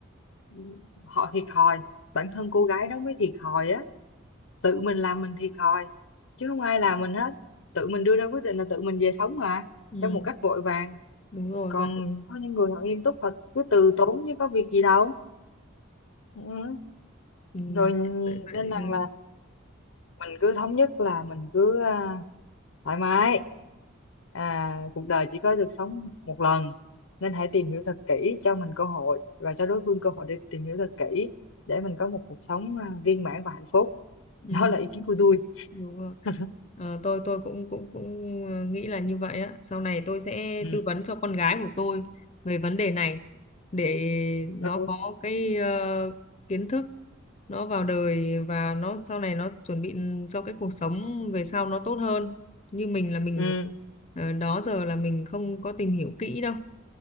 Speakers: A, on the left; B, on the left.
A: ừ, họ thiệt thòi bản thân cô gái đó mới thiệt thòi á tự mình làm mình thiệt thòi chứ không ai làm mình hết tự mình đưa ra quyết định là tự mình về sống mà
B: Ừ.
A: trong một cách vội vàng
B: đúng rồi
A: còn
B: vậy
A: có những người họ nghiêm túc thật cứ từ tốn chứ có việc gì đâu ừ.
B: ừ,
A: rồi
B: vậy vậy
A: nên rằng
B: ừ,
A: là mình cứ thống nhất là mình cứ à, thoải mái à, cuộc đời chỉ có được sống một lần nên hãy tìm hiểu thật kỹ cho mình cơ hội và cho đối phương cơ hội để tìm hiểu thật kỹ để mình có một cuộc sống à, viên mãn và hạnh phúc <laughs>
B: ừ,
A: đó là ý kiến của tôi
B: đúng rồi
A: <laughs>
B: Ờ, tôi tôi cũng cũng cũng ờ, nghĩ là như vậy á sau này tôi sẽ
A: ừ
B: tư vấn cho con gái của tôi về vấn đề này để nó
A: ừ,
B: có cái ờ, kiến thức nó vào đời và nó sau này nó chuẩn bị cho cái cuộc sống về sau nó tốt hơn như mình là mình
A: ừ.
B: ờ, đó giờ là mình không có tìm hiểu kỹ đâu